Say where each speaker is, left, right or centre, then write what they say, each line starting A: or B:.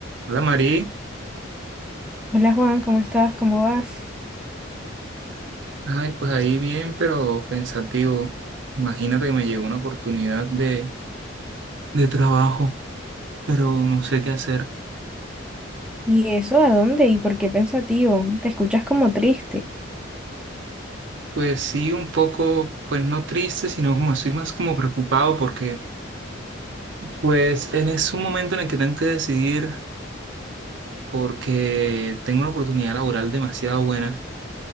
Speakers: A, on the right; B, in the centre.
A: Hola Mari,
B: Hola Juan, ¿cómo estás? ¿Cómo vas?
A: ay, pues ahí bien, pero pensativo. Imagínate que me llegó una oportunidad de, de trabajo, pero no sé qué hacer.
B: ¿Y eso a dónde? ¿Y por qué pensativo? Te escuchas como triste.
A: Pues sí, un poco, pues no triste, sino como estoy más como preocupado porque pues en- es un momento en el que tengo que decidir porque tengo una oportunidad laboral demasiado buena.